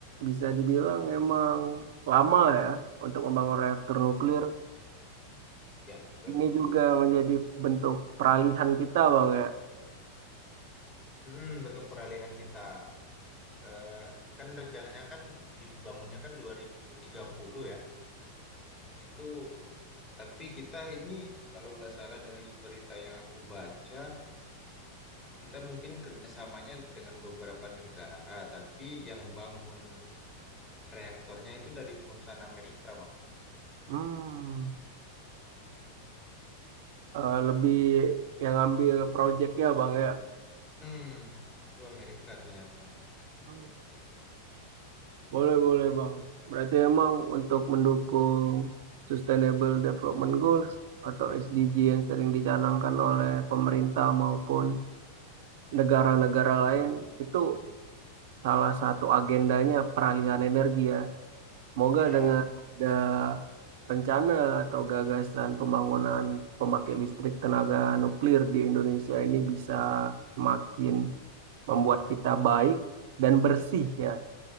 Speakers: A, on the right (about 55°); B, on the left (about 25°).
A: bisa dibilang emang lama ya untuk membangun reaktor nuklir.
B: Ya, betul.
A: Ini juga menjadi bentuk peralihan kita, Bang ya.
B: Mm, bentuk peralihan kita. Eh, kan rencananya kan dibangunnya kan 2030 ya. Itu tapi kita ini kalau nggak salah dari berita yang aku baca, kita mungkin kerjasamanya dengan beberapa negara, tapi yang bangun Reaktornya itu dari perusahaan Amerika, Bang.
A: Hmm. Eh, lebih yang ngambil proyeknya, Bang ya.
B: Hmm, itu Amerika ternyata.
A: Hmm. Boleh, boleh, Bang. Berarti emang untuk mendukung Sustainable Development Goals atau SDG yang sering dicanangkan oleh pemerintah maupun negara-negara lain, itu salah satu agendanya peralihan energi ya. Semoga
B: Iya,
A: dengan ada rencana atau gagasan pembangunan pemakai listrik tenaga nuklir di Indonesia ini bisa semakin membuat kita baik dan bersih ya.